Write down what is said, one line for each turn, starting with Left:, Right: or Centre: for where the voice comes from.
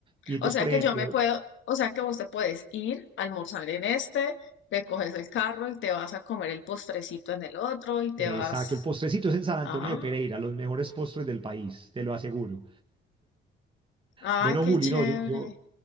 Right: Y entonces,
Left: O sea
Right: por
Left: que
Right: ejemplo,
Left: yo me puedo, o sea que vos te puedes ir, almorzar en este, te coges el carro y te vas a comer el postrecito en el otro y te
Right: exacto,
Left: vas,
Right: el postrecito es en San Antonio
Left: ah,
Right: de Pereira, los mejores postres del país, te lo aseguro.
Left: ay,
Right: Bueno,
Left: qué
Right: Juli,
Left: chévere.
Right: no, yo, yo,